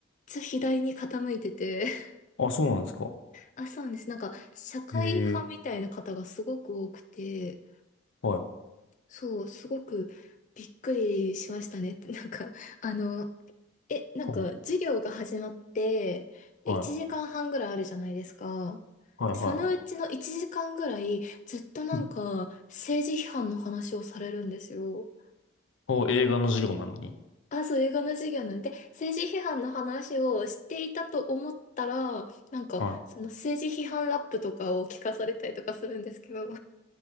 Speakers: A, on the left; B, on the left.
A: ちゃ左に傾いてて、<laughs>
B: あ、そうなんですか。
A: あ、そうなんです。なんか社会派みたいな方がすごく多くて、
B: へえ。はい。
A: そう、すごくびっくりしましたね。<laughs> なんか、あの、え、なんか、
B: ほ
A: 授業が始まって、え1時間半ぐらいあるじゃないですか。
B: うはい。はいはいは
A: でそのうちの1時間ぐらい、ずっとなんか、
B: い。
A: 政治批判の話をされるんですよ。
B: お、映画の授業なのに。
A: あ、そう、映画の授業なので、政治批判の話をしていたと思ったら、なんか、
B: はい。
A: その政治批判ラップとかを聞かされたりとかするんですけど、